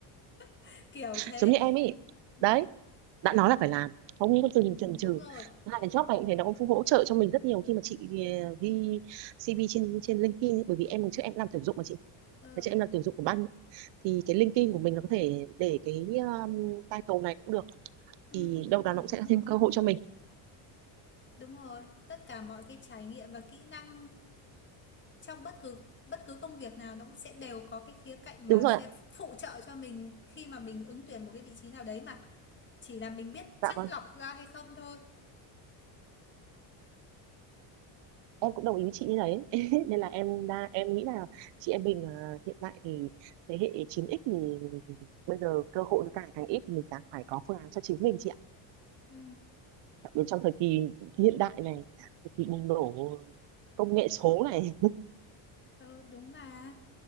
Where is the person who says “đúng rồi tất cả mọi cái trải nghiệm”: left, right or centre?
Left